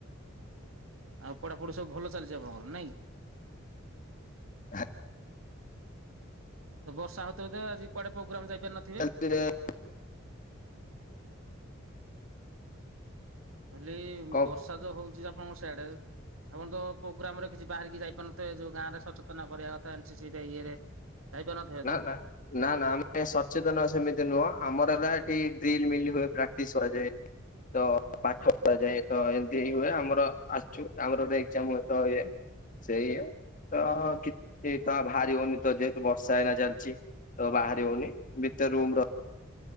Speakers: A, on the right; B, on the left.
A: ଆଉ ପଢାପଢି ସବୁ ଭଲ ଚାଲିଚି ଆପଣଙ୍କର ନାଇଁ କି?
B: ହଁ।
A: ତ ବର୍ଷା ହଉଥିବ ତ ଆଜି କୁଆଡେ ପ୍ରୋଗ୍ରାମ୍ ଯାଇପାରିି ନଥିବେ?
B: <inaudible>
A: କହିଲି
B: କଣ
A: ବର୍ଷା ତ ହଉଚି ଆପଣଙ୍କ ସିଆଡେ। ଆପଣ ତ ପ୍ରୋଗ୍ରାମ୍ ରେ କିଛି ବାହାରିକି ଯାଇପାରୁନଥିବେ ଯୋଉ ଗାଁରେ ସଚେତନ କରିବା କଥା ଏନସିସି ରେ ଇଏରେ। ଯାଇପାରୁନଥିବେ
B: ନା,
A: ତ?
B: ନା। ନା, ନା ଆମେ ସଚେତନ ସେମିତି ନୁହଁ, ଆମର ହେଲା ଏଠି ଡ୍ରିଲ୍ ମିଲ୍ ହୁଏ ପ୍ରାକ୍ଟିସ୍ କରାଯାଏ। ତ ପାଠ ପଢାଯାଏ ତ ଏମତି ହିଁ ହୁଏ। ଆମର ଆସିଛୁ ଆମର ଗୋଟେ ଏକ୍ଜାମ୍ ହୁଏ ତ ଇଏ। ସେଇଆ ତ କିଛି ତ ଭାରି ହଉନି ତ ଯେହେତୁ ବର୍ଷ ଷା ଏଇନା ଚାଲିଛି ତ ବାହାରି ହଉନି ଭିତରେ ରୁମ୍ ର